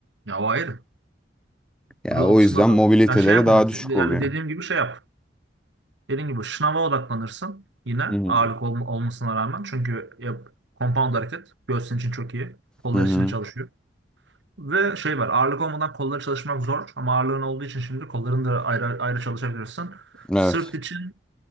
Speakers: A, on the right; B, in the centre.
A: Ya o ayrı.
B: Ya
A: Orada
B: o
A: o kısma
B: yüzden
A: doğru.
B: mobiliteleri
A: Ya şey yapma.
B: daha
A: te-
B: düşük
A: Yani
B: oluyor.
A: dediğim gibi şey yap. Dediğim gibi şınava odaklanırsın. Yine
B: Hmm.
A: ağırlık olm- olmasına rağmen. Çünkü yap, compound hareket. Göğsün için çok iyi. Kollar
B: Hı hı.
A: için de çalışıyor. Ve şey var. Ağırlık olmadan kolları çalışmak zor. Ama ağırlığın olduğu için şimdi kollarını da ayrı ayrı çalışabilirsin.
B: Evet.
A: Sırt için